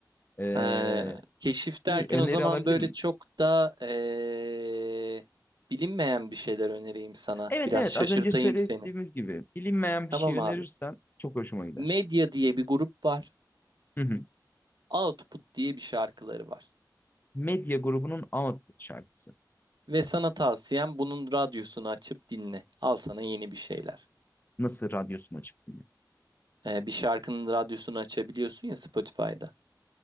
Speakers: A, on the left; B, on the right.
A: e,
B: Ee, keşif derken
A: bir öneri
B: o zaman
A: alabilir
B: böyle
A: miyim?
B: çok da ee, bilinmeyen bir şeyler önereyim sana.
A: Evet
B: Biraz
A: evet
B: şaşırtayım
A: az önce söylediğimiz
B: seni.
A: gibi bilinmeyen bir
B: Tamam
A: şey önerirsen
B: abi.
A: çok hoşuma gider.
B: Medya diye bir grup var.
A: Hı hı.
B: Output diye bir şarkıları var.
A: Medya grubunun Output şarkısı.
B: Ve sana tavsiyem bunun radyosunu açıp dinle. Al sana yeni bir şeyler.
A: Nasıl radyosunu açıp dinliyor?
B: Ee, bir şarkının radyosunu açabiliyorsun ya Spotify'da.